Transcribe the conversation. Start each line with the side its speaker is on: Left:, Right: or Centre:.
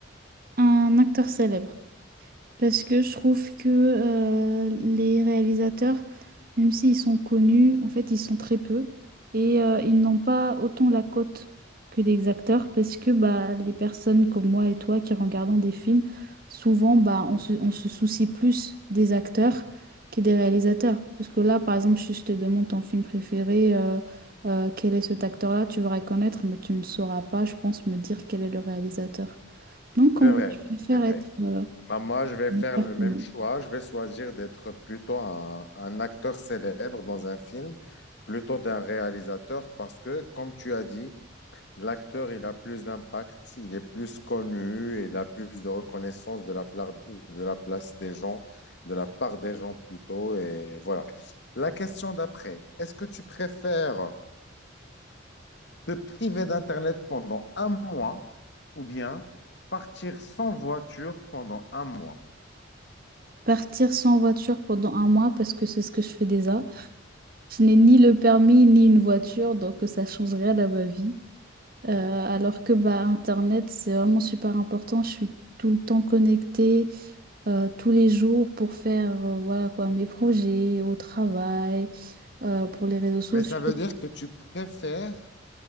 Right: Un acteur célèbre. Parce que je trouve que euh, les réalisateurs, même s'ils sont connus, en fait, ils sont très peu. Et euh, ils n'ont pas autant la cote que les acteurs. Parce que bah, les personnes comme moi et toi qui regardons des films, souvent, bah, on se, on se soucie plus des acteurs que des réalisateurs. Parce que là, par exemple, si je te demande ton film préféré, euh, euh, quel est cet acteur-là, tu vas reconnaître, mais tu ne sauras pas, je pense, me dire quel est le réalisateur. Donc,
Left: C'est
Right: en gros,
Left: vrai,
Right: tu préfères
Left: c'est vrai.
Right: être euh,
Left: Bah, moi, je vais faire
Right: performant.
Left: le même choix. Je vais choisir d'être plutôt un, un acteur célèbre dans un film plutôt d'un réalisateur parce que, comme tu as dit, L'acteur, il a plus d'impact, il est plus connu, il a plus de reconnaissance de la, pla- de la place des gens, de la part des gens plutôt, et voilà. La question d'après, est-ce que tu préfères te priver d'Internet pendant un mois ou bien partir sans voiture pendant un mois?
Right: Partir sans voiture pendant un mois parce que c'est ce que je fais déjà. Je n'ai ni le permis ni une voiture, donc euh, ça ne change rien à ma vie. Euh, alors que bah, Internet, c'est vraiment super important. Je suis tout le temps connectée, euh, tous les jours pour faire euh, voilà quoi, mes projets au travail, euh, pour les réseaux sociaux.
Left: Mais ça veut dire que tu préfères